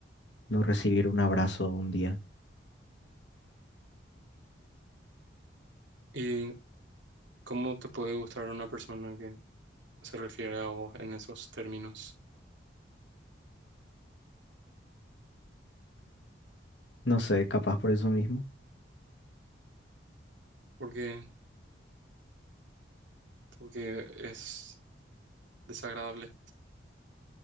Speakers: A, on the left (about 70°); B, on the right (about 75°).
A: no recibir un abrazo un día.
B: ¿y cómo te puede gustar una persona que se refiere a vos en esos términos,
A: No sé, capaz por eso mismo.
B: porque, porque es desagradable,